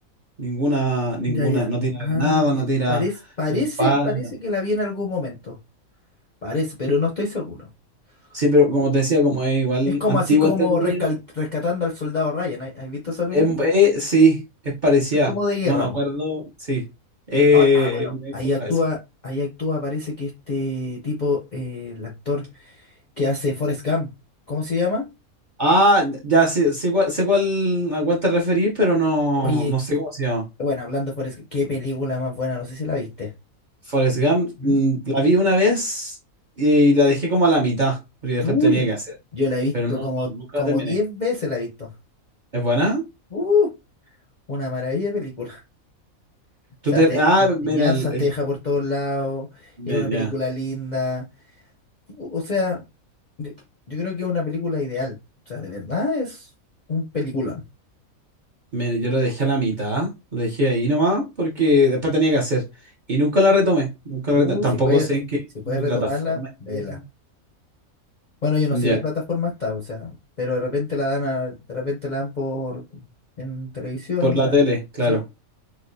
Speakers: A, on the right; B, on the left.
A: Ninguna, ninguna,
B: Ya, ya.
A: no tira
B: Ah,
A: granada, no
B: sí.
A: tira,
B: Parece, parece,
A: no dispara,
B: parece
A: no.
B: que la vi en algún momento. Parece, pero no estoy seguro.
A: Sí, pero
B: Ujú.
A: como te decía, como es igual
B: Es como
A: antigua,
B: así como
A: entre comillas,
B: rescal- rescatando al soldado Ryan. ¿Has has visto esa película?
A: es, es- sí, es parecida.
B: Es como de guerra,
A: No me acuerdo,
B: po.
A: sí, eh,
B: Ah, ah, bueno,
A: me enfoca
B: ahí actúa,
A: a eso.
B: ahí actúa, parece que este tipo, eh, el actor que hace Forrest Gump, ¿cómo se llama?
A: Ah, ya sé, sé cuál, sé cuál- a cuál te referís, pero no,
B: Oye,
A: no sé cómo se llama.
B: bueno, hablando de Forrest Gump, qué película más buena, no sé si la viste.
A: Forrest Gump,
B: ¿Mm?
A: mm, la vi una vez y la dejé como a la mitad, porque después
B: Uy,
A: tenía
B: yo
A: que hacer,
B: yo la he visto
A: pero no,
B: como,
A: no- nunca
B: como
A: la terminé.
B: 10 veces la he visto.
A: ¿Es buena?
B: Uh, una maravilla de película. <laughs> O
A: Tú
B: sea,
A: te-
B: te
A: ah,
B: enseñanzas
A: mira, el, el-
B: te deja por todos lados,
A: me-
B: es una película
A: ya,
B: linda. O o sea, yo yo creo que es una película ideal. O sea, de verdad es un peliculón.
A: me- yo lo dejé a la mitad, lo dejé ahí nomás, porque después tenía que hacer y nunca la retomé, nunca
B: Uh,
A: la retomé. Tampoco
B: si puedes,
A: sé en qué
B: si puedes retomarla,
A: plataforma esté.
B: vela. Bueno, yo no
A: Ya,
B: sé qué plataforma está, o sea, pero de repente la dan a- de repente la dan por en televisión,
A: por la
B: ah,
A: tele, claro.
B: sí,